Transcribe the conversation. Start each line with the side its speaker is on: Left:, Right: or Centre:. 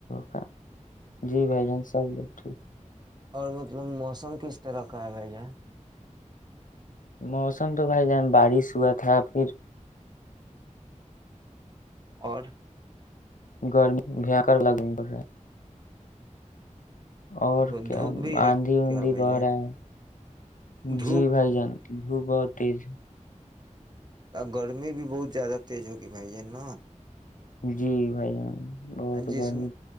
Left: کا جی بھائی جان سب بات ٹھیک
Right: اور مطلب موسم کس طرح کا آا ج
Left: موسم تو بائی جان بارش ہوا تھا پھر
Right: اور
Left: گرمی بھییاکر لگمی پڑ رہا ہے اور کیا
Right: دھوپ بھی ہے
Left: آندھی
Right: کیا
Left: اندھی
Right: بھائی
Left: بڑ
Right: جان
Left: رہا ہے
Right: دھوپ
Left: جی بھائی جان بھو بہت تیز
Right: گرمی بھی بہت زیادہ تیز ہوگی بھائی ج نا
Left: جی بھائی جان بہت
Right: جس
Left: گرمی